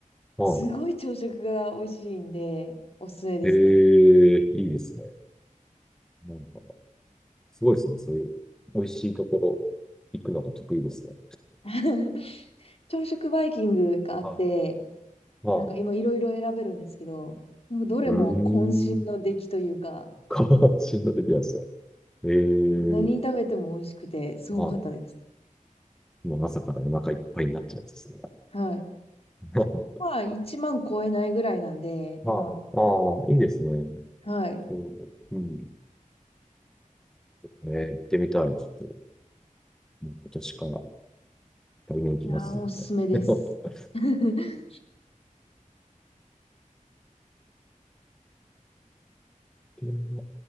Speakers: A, in the centre; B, on the left.
A: は
B: すごい朝食が美味しいんで、おすすめですね。
A: い。ええ、いいですね。なんか、すごいですね。そういう、美味しいところ、行くのが得意ですね。
B: <laughs> 朝食バイキングがあって、
A: はい。はい。
B: なんか今いろいろ選べるんですけど、なんかどれも渾身の出来というか、
A: うーん。か、<laughs> 死んだ時はですね。ええ
B: 何食べても美味しくて、すごかったです。
A: はい。もう朝からお腹いっぱいになっちゃうやつですね。
B: はい。
A: <laughs> はい。
B: それまあ、1万超えないぐらいなんで、
A: <laughs>
B: ま
A: ああ、いいですね。
B: あ、はい。
A: ちょうど。うん。えー、行ってみたい。ちょっと、もう今年から、来年行きます、
B: いやー、おすすめです。
A: 絶対。<laughs>
B: <laughs>
A: うん